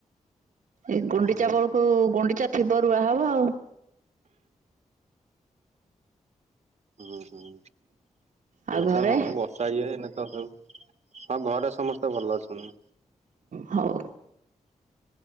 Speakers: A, on the right; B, on the right.
A: ଏଇ ଗୁଣ୍ଡିଚା
B: ହୁଁ ହୁଁ
A: ବେଳକୁ ଗୁଣ୍ଡିଚା ଥିବ ରୁଆ ହବ ଆଉ।
B: ହୁଁ ହୁଁ
A: ଆଉ
B: ଏଇ
A: ଘରେ
B: ତ ହଁ ବ ସାଇ ହେନ ତ ସ ହଁ ଘରେ ସମସ୍ତେ ଭଲ ଅଛନ୍ତି।
A: ହଉ।